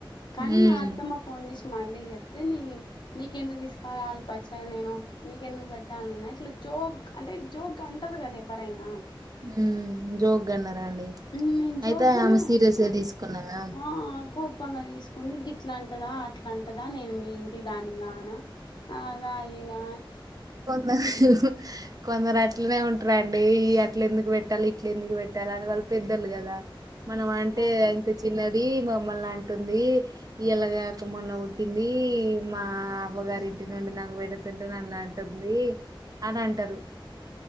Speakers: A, on the left; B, on the right.
A: కానీ
B: ఉమ్
A: మా అత్తమ్మ ఫోన్ చేసి మళ్ళీ చెప్తే నీ నీకెందుకు తీసుకరావాలి పచ్చడి నేను నీకెందుకు పెట్టాలి అని ఇట్లా చెప్ జోగ్ అంటే జోగ్ అంటారు కదా ఎవరైనా
B: ఉ జోక్గాన్నారా అండి
A: ఉమ్, నేను జోగ్గానే
B: అయితే ఆమె
A: అన్నా
B: సీరియస్ గా తీసుకున్నాార
A: ఆ కోపంగా తీసుకుంది గిట్లాంటరా అట్లాంటరా నేను మీ ఇంటి దాని కానా అలా ఆయినా
B: కొందరు కొందరు అట్లనే ఉంటారుండి ఈ అట్ల ఎందుకు పెట్టాలి ఇట్ల ఎందుకు పెట్టాలి అని వాళ్ళు పెద్దలు కదా మనం అంటే
A: అంతే
B: ఇంత చిన్న ది మమ్మల్ అంటుంది ఇలాగాక మొన్న ఉుట్టింది మా అవ్వగారి ఇంటి నుండి నాకు పెడుతుంటే నన్ అంటుంది అని అంటారు